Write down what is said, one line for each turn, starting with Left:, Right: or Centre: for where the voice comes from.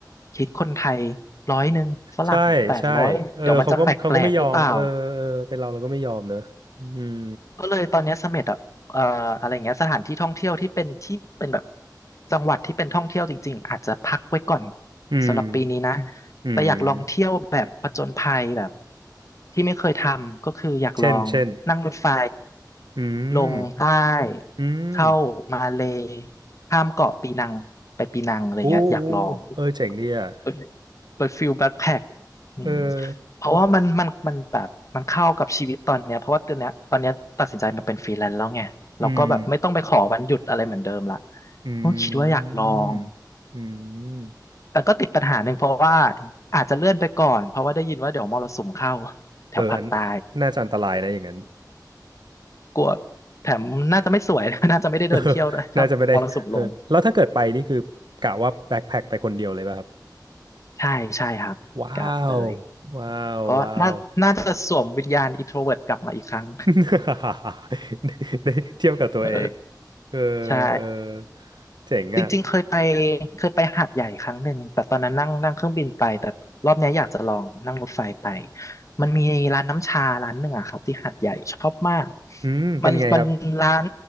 Left: คิดคนไทยร้อยหนึ่งฝรั่งแปดร้อยเดี๋ยวมันจะแปลกแปลกหรือเปล่า
Right: ใช่ใช่เออเขาก็เขาก็ไม่ยอมเออเออเป็นเราเราก็ไม่ยอมเนอะอืม
Left: ก็เลยตอนเนี้ยเสม็ดอ่ะเอ่ออะไรเงี้ยสถานที่ท่องเที่ยวที่เป็นที่เป็นแบบจังหวัดที่เป็นท่องเที่ยวจริงๆอาจจะพักไว้ก่อน
Right: อืม
Left: สำหรับปีนี้นะ
Right: อืม
Left: แต่อยากลองเที่ยวแบบผจญภัยแบบที่ไม่เคยทำก็คืออยากลองนั่งรถไฟ
Right: เช่นเช่นอื
Left: ลงใต้
Right: มอืม
Left: เข้ามาเลย์ข้ามเกาะปีนังไปปีนังอะไรเงี้ยอยากลอง
Right: โอ้โอ้เออเจ๋งดีอ่ะ
Left: เปิดเปิดฟิลแบ็คแพ็คอืม
Right: เออ
Left: เพราะว่ามันมันมันแบบมันเข้ากับชีวิตตอนเนี้ยเพราะว่าตอนเนี้ยตอนเนี้ยตัดสินใจมาเป็นฟรีแลนซ์แล้วไงเราก็แบบไม่ต้องไปขอวันหยุดอะไรเหมือนเดิมละ
Right: อืม อื
Left: ก็คิดว่าอยากลอง
Right: มอืม
Left: แต่ก็ติดปัญหาหนึ่งเพราะว่าอาจจะเลื่อนไปก่อนเพราะว่าได้ยินว่าเดี๋ยวมรสุมเข้าแถวภาคใต้
Right: เอออันน่าจะอันตรายนะอย่างนั้น
Left: กลัวแถมน่าจะไม่สวย <laughs> น่าจะไม่ได้เดินเที่ยวด้วยถ้ามรสุมลง
Right: <laughs> น่าจะไม่ได้เออแล้วถ้าเกิดไปนี่คือกะว่าแบ็คแพ็คไปคนเดียวเลยป่ะครับ
Left: ใช่ใช่ครับกะเลย
Right: ว้าวว้าวว้าว
Left: ก็น่าน่าจะสวมวิญญาณ introvert กลับมาอีกครั้ง
Right: <laughs> ได้เที่ยวกับตัวเอง
Left: เออ
Right: เออ
Left: ใช่
Right: เออเจ๋งอ่ะ
Left: จริงๆเคยไปเคยไปหาดใหญ่ครั้งหนึ่งแต่ตอนนั้นนั่งนั่งเครื่องบินไปแต่รอบเนี้ยอยากจะลองนั่งรถไฟไปมันมีร้านน้ำชาร้านหนึ่งอะครับที่หาดใหญ่ชอบมาก
Right: อืมเป็นไงครับ
Left: มันมันร้าน